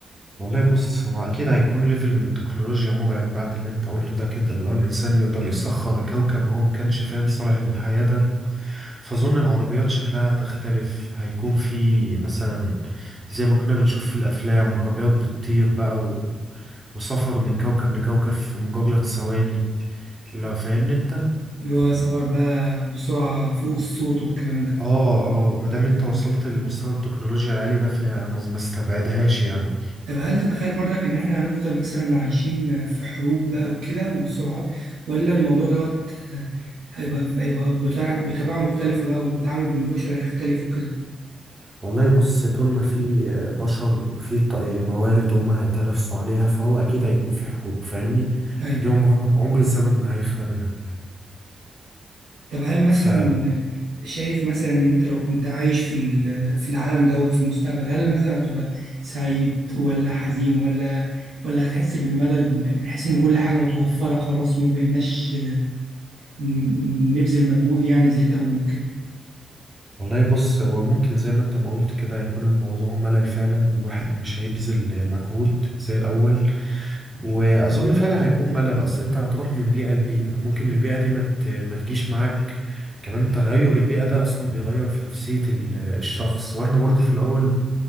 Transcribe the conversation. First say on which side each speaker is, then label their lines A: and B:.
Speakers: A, on the right; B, on the right.
A: والله بص هو اكيد هيكون ليفل من التكنولوجيا مرعب بعد اللي انت قلته ده كده اللي هو الانسان يقدر يسخر كوكب هو ما كانش فاهم صالح للحياه ده فاظن العربيات شكلها هتختلف هيكون في مثلا زي ما كنا بنشوف في الافلام عربيات بتطير بقى و... وسفر من كوكب لكوكب في مجرد ثواني لو فاهمني انت
B: اللي هو سفر بقى بسرعة فوق الصوت والكلام ده
A: اه اه ما دام انت وصلت لمستوى التكنولوجيا العالي ده فهي ما ما استبعدهاش يعني
B: طب هل تتخيل برضك إن إحنا هنفضل مثلا عايشين في حروب بقى وكده وسرعات ولا الموضوع دوت آه، هيبقى هيبقى بتاع- بطباع مختلفة بقى والتعامل بالبشر هيختلف وكده
A: والله بص طول ما في آه، بشر وفي ط- آه، موارد هم هيتنافسوا عليها فهو اكيد هيكون في حروب فاهمني
B: أيوه
A: دي عمرها عمر الزمن ما هيخلى منها
B: طب هل مثلا
A: ف
B: شايف مثلا ان انت لو كنت عايش في ال- في العالم دوت في المستقبل هل مثلا هتبقى سعيد ولا حزين ولا ولا هتحس بالملل من حيث ان كل حاجة متوفرة خلاص وما بقيناش ن- نبذل مجهود يعني زي الاول وكده
A: والله بص هو ممكن زي ما انت ما قلت كده يكون الموضوع ملل فعلا والواحد مش هيبذل مجهود زي الاول واظن فعلا هيكون ملل اصل انت هتروح من بيئه لبيئه ممكن البيئه دي ما ت- ما تجيش معاك كمان تغير البيئه ده اصلا بيغير في نفسيه ال- الشخص واحنا برضه في الاول